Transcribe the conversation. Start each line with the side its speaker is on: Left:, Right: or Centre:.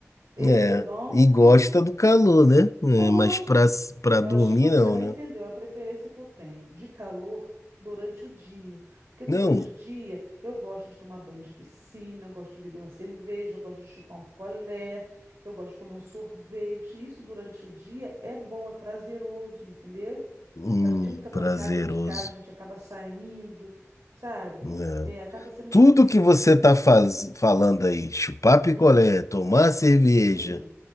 Right: Edredom,
Left: É, e gosta
Right: hum,
Left: do calor, né? É,
Right: gosto.
Left: mas pra, s- pra
Right: Eu
Left: dormir
Right: acho que você
Left: não,
Right: não
Left: né?
Right: entendeu a preferência que eu tenho de calor durante o dia. Porque durante
Left: Não,
Right: o dia eu gosto de tomar banho de piscina, eu gosto de beber uma cerveja, eu gosto de chupar um picolé, eu gosto de comer um sorvete. Isso durante o dia é bom, é prazeroso, entendeu?
Left: hum,
Right: A gente não fica trancado
Left: prazeroso.
Right: dentro de casa, a gente acaba saindo, sabe?
Left: É.
Right: É, acaba sendo
Left: Tudo
Right: mais divertido.
Left: que você tá faz, falando aí, chupar
Right: Hum,
Left: picolé, tomar cerveja,
Right: hum.